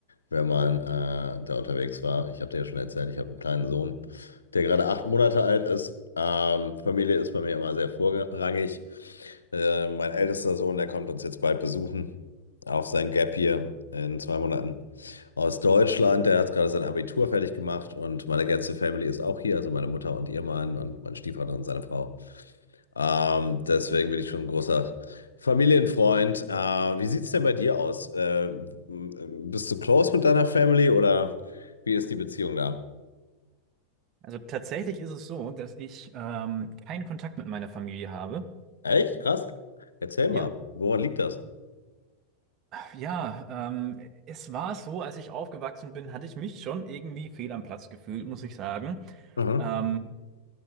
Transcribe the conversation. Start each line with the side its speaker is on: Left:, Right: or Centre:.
Left: wenn man äh, da unterwegs war. Ich habe dir ja schon erzählt, ich habe einen kleinen Sohn, der gerade acht Monate alt ist. Ähm, Familie ist bei mir immer sehr vorrangig. Äh, mein ältester Sohn, der kommt uns jetzt bald besuchen auf sein Gap hier in zwei Monaten. aus Deutschland, der hat gerade sein Abitur fertig gemacht und meine ganze Family ist auch hier, also meine Mutter und ihr Mann und mein Stiefvater und seine Frau. Ähm, deswegen bin ich schon ein großer Familienfreund. Äh, wie sieht's denn bei dir aus? Äh, m- bist du close mit deiner Family oder wie ist die Beziehung da?
Right: Also tatsächlich ist es so, dass ich ähm, keinen Kontakt mit meiner Familie habe.
Left: Echt? Krass. Erzähl mal,
Right: Ja,
Left: woran liegt das?
Right: ja, ähm, es war so, als ich aufgewachsen bin, hatte ich mich schon irgendwie fehl am Platz gefühlt, muss ich sagen.
Left: Mhm.
Right: Ähm,